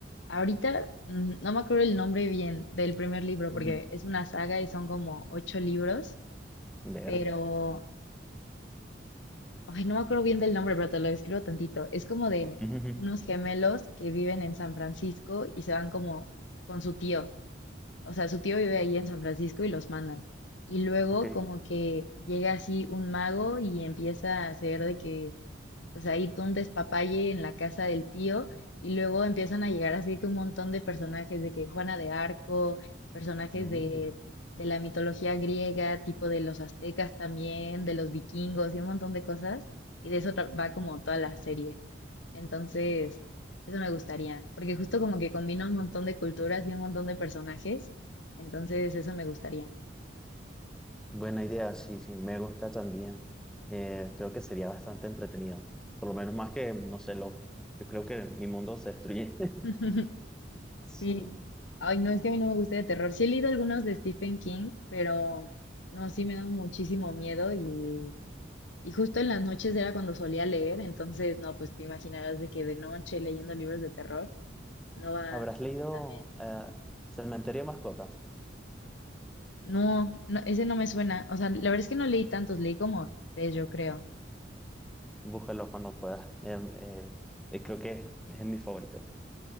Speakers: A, on the left; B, in the centre.
A: ahorita mm, no me acuerdo el nombre bien del primer libro porque
B: Ujú.
A: es una saga y son como ocho libros,
B: Ver.
A: pero Ay, no me acuerdo bien del nombre, pero te lo describo tantito. Es como de
B: Ujú, ujú.
A: unos gemelos que viven en San Francisco y se van como con su tío. O sea, su tío vive ahí en San Francisco y los mandan. Y luego
B: Ok.
A: como que llega así un mago y empieza a hacer de que pues ahí tú un despapalle en la casa del tío y luego empiezan a llegar así que un montón de personajes de que Juana de Arco, personajes
B: Mm,
A: de, de la mitología griega, tipo de los aztecas también, de los vikingos y un montón de cosas y de eso tra- va como toda la serie. Entonces, eso me gustaría, porque justo como que combina un montón de culturas y un montón de personajes, entonces eso me gustaría.
B: buena idea, sí, sí, me gusta también. Eh, creo que sería bastante entretenido. Por lo menos más que, no sé, lo, yo creo que mi mundo se destruye. <laughs>
A: <laughs>
B: Sí.
A: Sí, ay, no es que a mí no me guste de terror. Sí he leído algunos de Stephen King, pero no, sí me da muchísimo miedo y, y justo en las noches era cuando solía leer, entonces no, pues te imaginarás de que de noche leyendo libros de terror no va
B: ¿Habrás leído
A: también.
B: eh, Cementerio de Mascotas?
A: No, no, ese no me suena. O sea, la verdad es que no leí tantos, leí como tres, yo creo.
B: Búscalo cuando puedas. Eh, eh, eh, creo que es, es mi favorito.